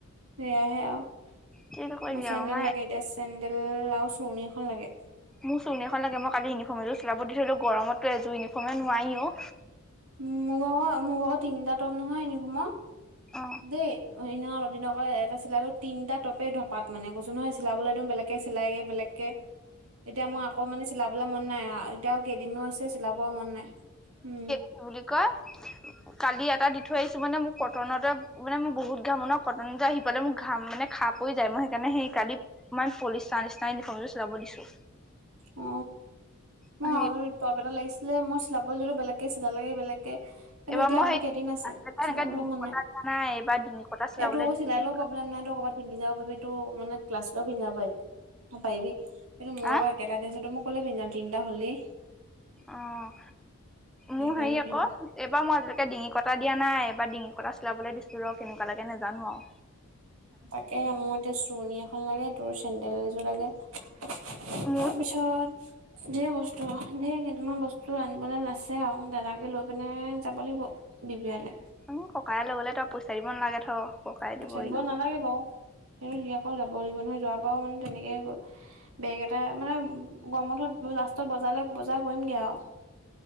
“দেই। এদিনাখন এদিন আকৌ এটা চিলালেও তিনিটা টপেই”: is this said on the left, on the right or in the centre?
Right